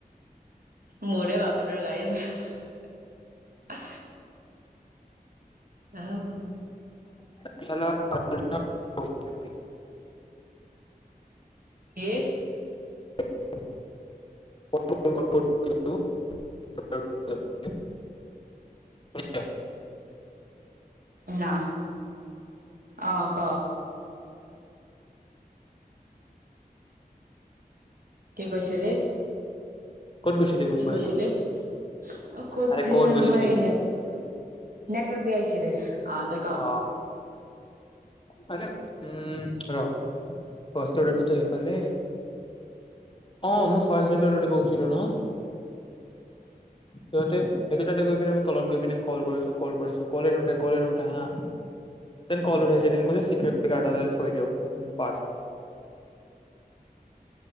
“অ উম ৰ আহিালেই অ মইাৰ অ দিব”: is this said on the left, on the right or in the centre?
Left